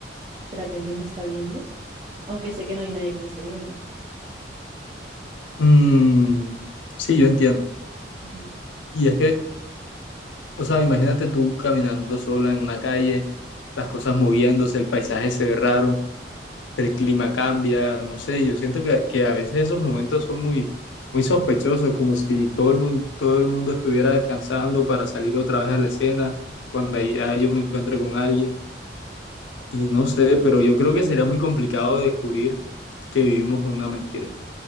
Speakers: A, on the right (about 30°); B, on the left (about 80°).
A: ¿será que alguien me está viendo? Aunque sé que no hay nadie que me esté viendo.
B: Mm, sí, yo entiendo.
A: Ujú.
B: Y es que, o sea, imagínate tú caminando sola en una calle, las cosas moviéndose, el paisaje se ve raro. el clima cambia, no sé, yo siento que, que a veces esos momentos son muy, muy sospechosos, como si todo el mundo, todo el mundo estuviera descansando para salir otra vez a la escena, cuando ahí- ah, yo me encuentre con alguien, y no sé, pero yo creo que sería muy complicado descubrir que vivimos una mentira.